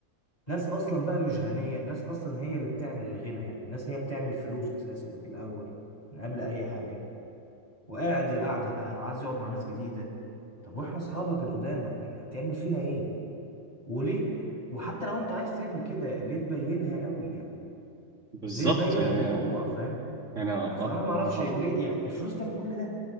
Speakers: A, on the left; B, on the right.
A: ناس أصلا بقى مش غنية ناس أصلا هي اللي بتعمل الغنى يعني ناس هي بتعمل فلوس أساسا من الأول من قبل أي حاجة وقاعد القعدة بقى عايز يقعد مع ناس جديدة طب وإحنا أصحابك القدام يعني هتعمل فينا إيه وليه وحتى لو أنت عايز تعمل كده ليه تبينها قوي يعني
B: بالظبط
A: ليه تبين
B: يعني
A: الموضوع فاهم
B: انا
A: فأنا معرفش
B: انا حرف
A: ليه يعني الفلوس تعمل كل ده